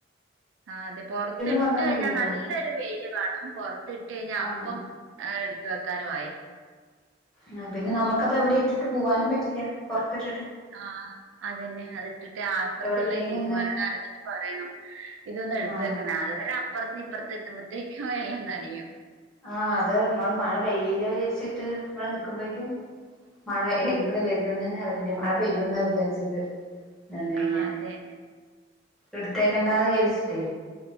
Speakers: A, on the right (about 80°); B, in the centre.
A: ആ അതെ പൊറത്ത്ട്ട്
B: പറഞ്ഞതില്ലല്ലോ
A: കഴിഞ്ഞാ നല്ലൊരു വെയിൽ കാണും പൊറത്ത് ഇട്ട് കഴിഞ്ഞാ
B: ആഹ്
A: അപ്പം.
B: ആഹ്
A: ആ എടുത് വെക്കാനുആയി.
B: ആഹ് പിന്നെ നമുക്കത് അവിടെ ഇട്ടിട്ട് പോവാനും പറ്റില്ല പുറത്തിട്ടിട്ട്.
A: ആഹ് അതെന്നെ അത് ഇട്ടിട്ട് അപ്പുറത്തുള്ള
B: എവിടക്കെങ്കിലും
A: ചേച്ചിമാരോട്
B: ഒന്ന്
A: ആരോടെങ്കിലും പറയണം. ഇതൊന്ന് എടുത്ത
B: ആഹ്
A: വെക്കണ അതുവരെ അപ്പുറത്ത് ഇപ്പുറത്ത് എത്തുമ്പോത്തേക്കും എല്ലാം നനിയും.
B: ആഹ് അത് നമ്മള് മഴ പെയില്ല വിചരിച്ചിട്ട് ഇവിടെ നക്കുമ്പോക്കും. മഴ ഏൽ കൂടെ വരരുന്നുന്നന്നെ അറിയില്ല മഴ പെയ്യൂ ണ്ടാവിലാരിചത്. നന്ന കഴിഞ്ഞ
A: ആഹ് അതെ.
B: എടുത്തേക്കണ്ടാന്ന് വിചാരിച്ചിട്ടേ.